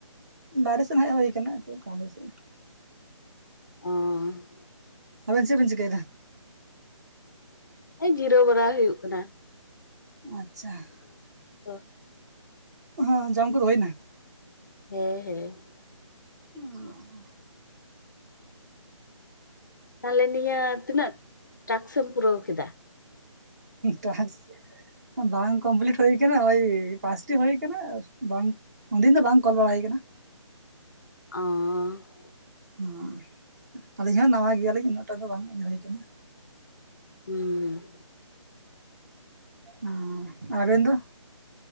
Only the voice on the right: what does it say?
ᱵᱟᱨᱮ ᱥᱮᱫ ᱦᱮᱡ ᱦᱩᱭ ᱟᱠᱟᱱᱟ ᱮᱠᱴᱩ ᱠᱟᱹᱢᱤ ᱥᱮᱫ
ᱟᱵᱮᱱ ᱪᱮᱜ ᱵᱮᱱ ᱪᱤᱠᱟᱹᱭᱮ ᱫᱟ
ᱟᱪᱷᱟ ᱾
ᱦᱚᱸ ᱡᱚᱢ ᱠᱚᱫᱚ ᱦᱩᱭᱱᱟ ᱾
<inaudible>
ᱴᱟᱠᱥ ᱵᱟᱝ ᱾ ᱠᱚᱢᱯᱞᱤᱴ ᱦᱩᱭ ᱟᱠᱟᱱᱟ ᱳᱭ ᱯᱟᱸᱪᱴᱤ ᱦᱩᱭᱩ ᱠᱟᱱᱟ ᱟᱨ ᱵᱟᱝ ᱩᱱᱫᱤᱱ ᱫᱚ ᱵᱟᱝ ᱠᱚᱞ ᱵᱟᱲᱟ ᱦᱩᱭ ᱟᱠᱟᱱᱟ
<unintelligible> ᱟᱹᱞᱤᱧ ᱦᱚᱸ ᱱᱟᱣᱟ ᱜᱮᱭᱟᱞᱤᱧ ᱩᱱᱟᱹᱜᱴᱟ ᱫᱚ ᱵᱟᱝ ᱤᱭᱟᱹ ᱦᱩᱭ ᱟᱠᱟᱱᱟ
ᱚᱸ ᱟᱨᱻᱮᱱ ᱫᱚ